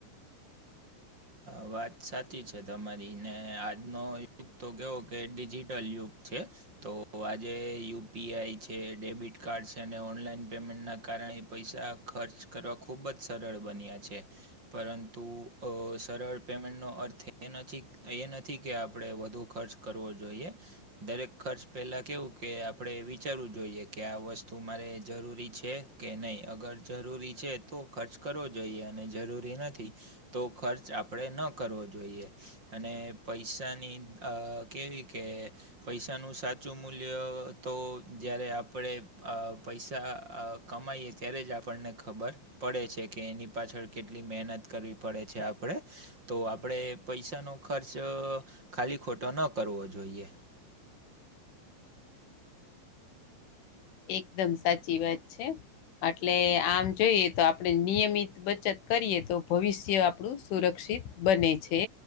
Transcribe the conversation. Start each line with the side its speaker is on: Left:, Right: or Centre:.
Right: વાત સાચી છે તમારી ને આજનો તો કેવો કે ડિજિટલ યુગ છે તો આજે યુપીઆઈ છે ડેબિટ કાર્ડ છે અને ઓનલાઈન પેમેન્ટના કારણે પૈસા ખર્ચ કરવા ખૂબ જ સરળ બન્યા છે પરંતુ સરળ પેમેન્ટ નો અર્થ એ નથી એ નથી કે આપણેે વધુ ખર્ચ કરવો જોઈએ દરેક ખર્ચ પહેલાં કેવું કે આપણે વિચારવું જોઈએ કે આ વસ્તુ મારે જરૂરી છે. કે નહીં અગર જરૂરી છે તો ખર્ચ કરવો જોઈએ અને જરૂરી નથી તો ખર્ચ આપણેે ન કરવો જોઈએ અને પૈસાની આ કેવી કે પૈસાનું સાચું મૂલ્ય તો જારે આપણે અ પૈસા અ કમાઈએ ત્યારે જ આપણને ખબર પડે છે કે એની પાછળ કેટલી મહેનત કરવી પડે છે આપડે તો આપડે પૈસાનો ખર્ચ ખાલી ખોટો ન કરવો જોઈએ
Left: એકદમ સાચી વાત છે એટલે આમ જોઈએ તો આપણે નિયમિત બચત કરીએ તો ભવિષ્ય આપણું સુરક્ષિત બને છે.